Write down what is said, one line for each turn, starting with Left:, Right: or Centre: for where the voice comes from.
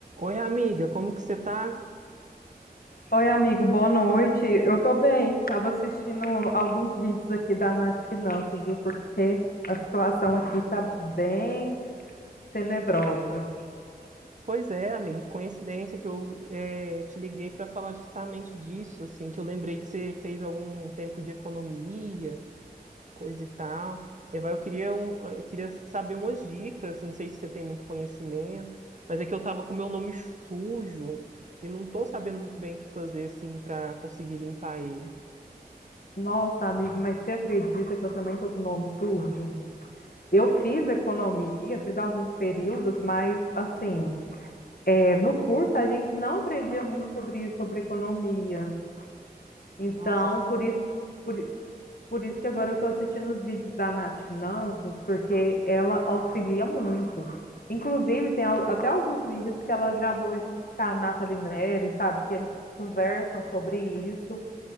Right: Oi, amiga, como que você tá?
Left: Oi, amigo, boa noite. Eu tô bem. Tava assistindo alguns vídeos aqui da Nath Finanças, viu? Porque a situação aqui tá bem tenebrosa.
Right: Pois é, amiga, que coincidência que eu eh, te liguei para falar justamente disso, assim, que eu lembrei que você fez algum tempo de economia, coisa e tal. E vai, Eu queria, um- eu queria saber umas dicas, não sei se você tem muito conhecimento, mas é que eu tava com meu nome sujo e não tô sabendo muito bem o que fazer, assim, para conseguir limpar ele.
Left: Nossa, amigo, mas você acredita que eu também tô com o nome sujo? Eu fiz economia, fiz alguns períodos, mas assim, é, no curso a gente não aprendia muito sobre isso, sobre economia. Então,
Right: Nossa,
Left: por isso, por, por isso que agora eu estou assistindo os vídeos da Nath Finanças, porque ela auxilia muito. Inclusive, tem al- até alguns vídeos que ela gravou junto com a Nathalie Neri, sabe? Que eles conversam sobre isso.